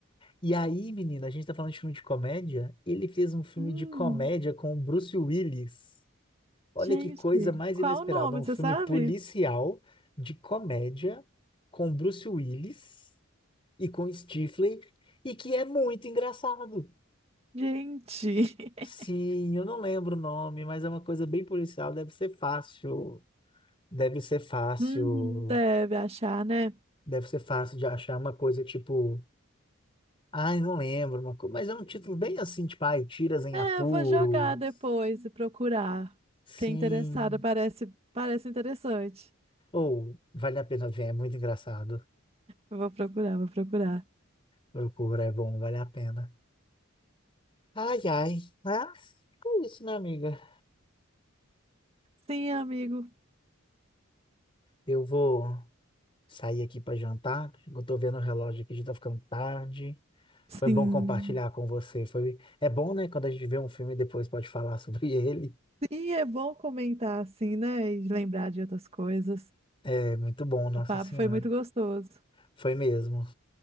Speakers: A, on the left; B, on the right.
A: E aí, menina, a gente tá falando de filme de comédia. Ele fez um filme
B: hum,
A: de comédia com o Bruce Willis. Olha
B: gente,
A: que coisa mais
B: qual
A: inesperada.
B: o nome,
A: Um
B: você
A: filme
B: sabe?
A: policial de comédia com Bruce Willis e com Stifler e que é muito engraçado.
B: Gente, <laughs>
A: Sim, eu não lembro o nome, mas é uma coisa bem policial. Deve ser fácil. Deve ser fácil.
B: Uhum, deve achar, né?
A: Deve ser fácil de achar uma coisa tipo. Ai, não lembro, uma co- mas é um título bem assim, tipo, ai, Tiras em
B: É,
A: Apuros.
B: eu vou jogar depois e procurar.
A: Sim.
B: Fiquei interessada, parece, parece interessante.
A: Ou vale a pena ver, é muito engraçado.
B: Eu vou procurar, vou procurar.
A: Procura, é bom, vale a pena. Ai, ai. Mas é isso, né, amiga?
B: Sim, amigo.
A: Eu vou sair aqui para jantar. Eu tô vendo o relógio aqui, já tá ficando tarde.
B: Sim.
A: Foi bom compartilhar com você. Foi... É bom, né? Quando a gente vê um filme e depois pode falar <laughs> sobre ele.
B: Sim, é bom comentar assim, né? E lembrar de outras coisas.
A: É muito bom, Nossa
B: O papo
A: Senhora.
B: foi muito gostoso.
A: Foi mesmo.